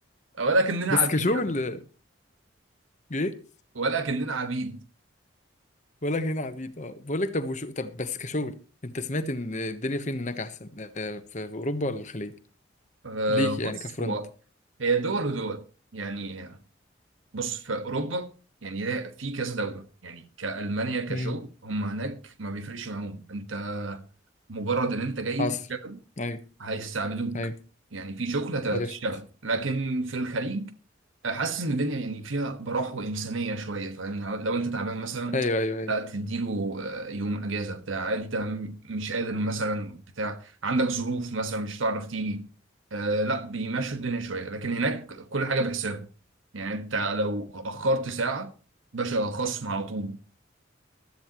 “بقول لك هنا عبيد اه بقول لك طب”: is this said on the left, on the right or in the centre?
Left